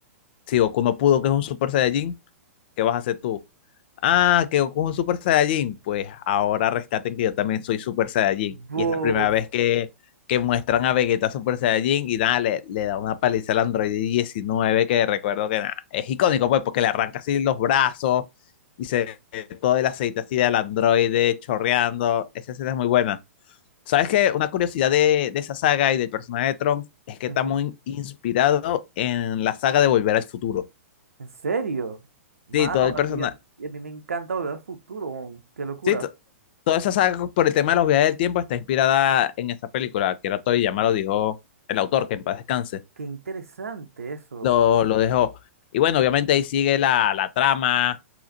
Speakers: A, on the left; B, on the right.
A: si Goku no pudo, que es un Super Saiyajin, ¿Qué vas a hacer tú? Ah, que Goku es un Super Saiyajin. Pues ahora rescaten que yo también soy Super Saiyajin.
B: Buf.
A: Y es la primera vez que, que muestran a Vegeta Super Saiyajin y nada, le, le da una paliza al Android 19 que recuerdo que nada, es icónico pues porque le arranca así los brazos y se ve todo el aceite así del androide chorreando. Esa escena es muy buena. ¿Sabes qué? Una curiosidad de, de esa saga y del personaje de Trunks es que
B: Ujú.
A: está muy inspirado en la saga de Volver al Futuro.
B: ¿En serio? Mano,
A: Sí, todo el
B: a
A: personaje.
B: mí, a mí- a mí me encanta volver al futuro. weón. Qué locura.
A: Sí, toda esa saga por el tema de los viajes del tiempo está inspirada en esa película. Akira Toriyama lo dijo el autor, que en paz descanse,
B: Qué interesante eso.
A: lo, lo dejó. Y bueno, obviamente ahí sigue la, la trama.